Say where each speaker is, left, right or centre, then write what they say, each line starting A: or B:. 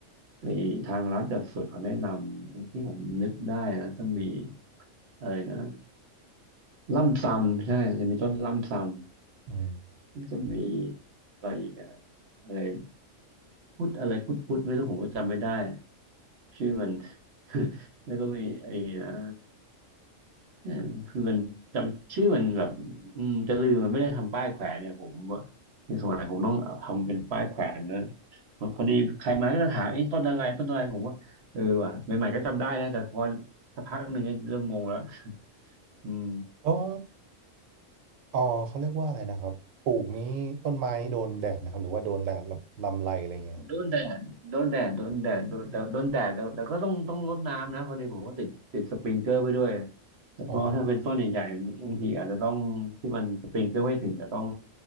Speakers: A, on the right (about 60°); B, on the right (about 80°).
A: ในทางร้านจัดสวนเขาแนะนำที่ผมนึกได้นะจะมีอะไรนะล่ำซำใช่จะมีต้นล่ำซำ
B: อืม
A: มันจะมีอะไรอีกอะอะไรพุทธอะไรพุทธพุทธไม่รู้ผมก็จำไม่ได้ชื่อมัน <laughs> แล้วก็มีไอ้นะ เออคือมันจำชื่อมันแบบอืมจะลืมมันไม่ได้ทำป้ายแขวนเนี่ยผมว่าในสมัยผมต้องทำเป็นป้ายแขวนนะพอดีใครมาก็จะถามไอ้ยต้นอะไรต้นอะไรผมว่าเออว่ะใหม่ๆก็จำได้นะแต่พอสักพักหนึ่งก็เริ่มงงแล้วอืม
B: แล้วอ๋อเขาเรียกว่าอะไรนะครับปลูกนี้ต้นไม้นี่โดนแดดไหมครับหรือว่าโดนแดดลำลำไรอะไรเงี้ยครับ
A: โดนแดดโดนแดดโดนแดดโดนแต่โดนแดดแต่แต่ก็ต้องต้องรดน้ำนะพอดีผมก็ติดติดสปริงเกอร์ไปด้วยแล้วก็ถ้าเป็นต้นใหญ่ๆบางทีอาจจะต้องที่มันสปริงเกอร์ไม่ถึงจะต้อง
B: อ๋อ